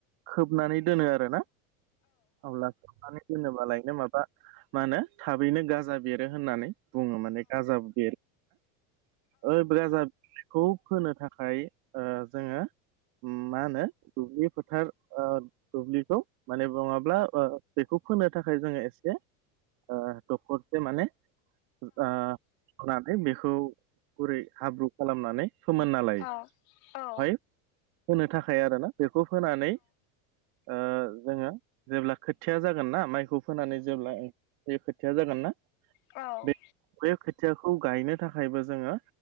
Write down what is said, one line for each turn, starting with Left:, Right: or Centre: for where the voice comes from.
Right: खोबनानै दोनो आरोना अब्ला खोबनानै दोनोबालायनो माबा मा होनो थाबैनो गाजा बेरो होननानै बुङो माने गाजा बेर ओइ गाजा खौ फोनो थाखाय जोङो मा होनो दुब्लि फोथार ओ दुब्लिखौ माने नङाब्ला ओ बेखौ फोनो थाखाय जोङो एसे ओ दखरसे माने ओ नानै बेखौ गुरै हाब्रु खालामनानै फोमोनना लायो।
Left: अ औ
Right: फाइ होनो थाखाय आरोना बेखौ होनानै ओ जोङो जेब्ला खोथिया जागोन ना माइखौ फोनानै जेब्ला ओ बे खोथाया जागोन ना
Left: औ
Right: बे बे खोथियाखौ गायनो थाखायबो जोङो